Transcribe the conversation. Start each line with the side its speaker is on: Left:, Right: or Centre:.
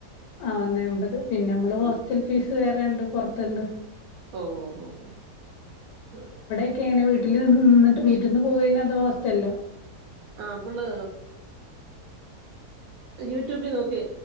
Left: ആഹ് ഒന്നെ എമ്പത് പിന്നെ നമ്മള് ഹോസ്റ്റൽ
Right: ഉം.
Left: ഫീസ് വേറെ ഉണ്ട് പുറത്തുണ്ട്
Right: ഓ ഹോ ഹോ ആഹ്
Left: ക്ക് എങ്ങനെ വീട്ടിൽ നി നിന്നിട്ട് വീട്ടീന്ന് പോകയാണോ അതോ ഹോസ്റ്റലിലോ
Right: ആഹ് അവള് യൂട്യൂബിൽ നോക്കി